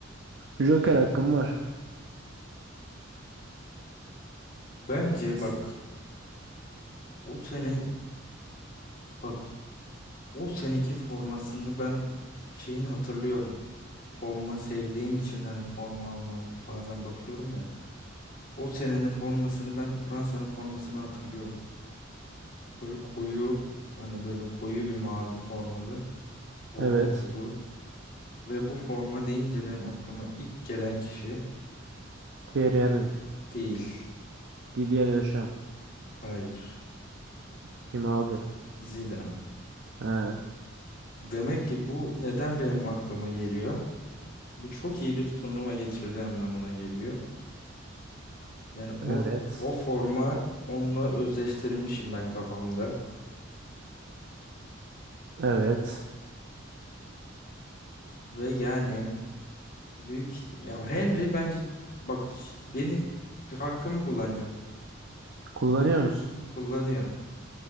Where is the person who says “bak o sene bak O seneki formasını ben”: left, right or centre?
Left